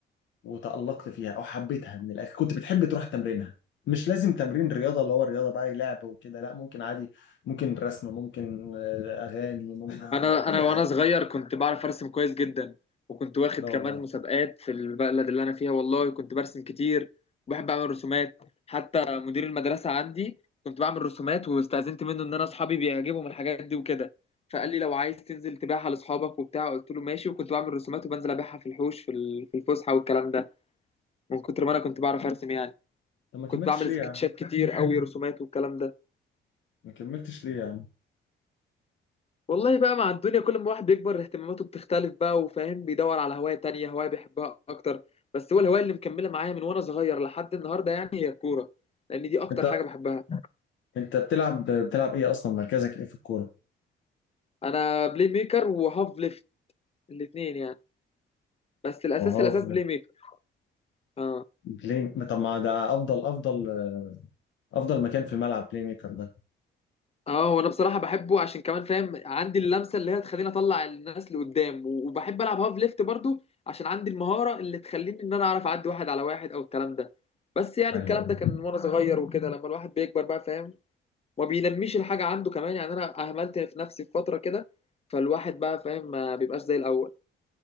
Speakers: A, on the left (about 70°); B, on the left (about 30°).
A: وتألقت فيها او حبيتها من الاخر كنت بتحب تروح تمرينها مش لازم تمرين رياضه اللي هو الرياضه بقى لعب وكده لا ممكن عادي ممكن رسم ممكن آه، اغاني ممكن آه،
B: أنا
A: اي
B: أنا وأنا
A: حاجه
B: صغير كنت بعرف أرسم كويس جدا وكنت واخد
A: لا
B: كمان
A: والله
B: مسابقات في البلد اللي أنا فيها والله كنت برسم كتير وبحب أعمل رسومات حتى مدير المدرسة عندي كنت بعمل رسومات واستأذنت منه إن أنا أصحابي بيعجبهم الحاجات دي وكده فقال لي لو عايز تنزل تبيعها لأصحابك وبتاع قلت له ماشي وكنت بعمل رسومات وبنزل أبيعها في الحوش في ال- في الفسحة والكلام ده من كتر ما انا كنت بعرف ارسم يعني
A: طب ما كملتش
B: كنت بعمل
A: ليه
B: سكتشات
A: يا عم
B: كتير قوي رسومات والكلام ده
A: ما كملتش ليه يا عم
B: والله بقى مع الدنيا كل ما الواحد بيكبر اهتماماته بتختلف بقى وفاهم بيدور على هواية تانية هواية بيحبها اكتر بس هو الهواية اللي مكملة معايا من وانا صغير لحد النهاردة يعني هي الكورة لان دي اكتر
A: انت
B: حاجة بحبها
A: انت بتلعب بتلعب ايه اصلا مركزك ايه في الكوره
B: انا بلاي ميكر وهاف ليفت الاتنين يعني بس الاساس
A: وهاف
B: الاساس بلاي ميكر اه
A: بلاي ما- طب ما ده افضل افضل افضل مكان في الملعب بلاي ميكر ده
B: اه وانا بصراحه بحبه عشان كمان فاهم عندي اللمسه اللي هي تخليني اطلع الناس لقدام و- وبحب العب هاف ليفت برضو عشان عندي المهاره اللي تخليني ان انا اعرف اعدي واحد على واحد او الكلام ده بس يعني
A: ايوه
B: الكلام
A: ايوه
B: ده كان وانا صغير وكده لما الواحد بيكبر بقى فاهم ما بينميش الحاجه عنده كمان يعني انا اهملت في نفسي في فتره كده فالواحد بقى فاهم ما بيبقاش زي الاول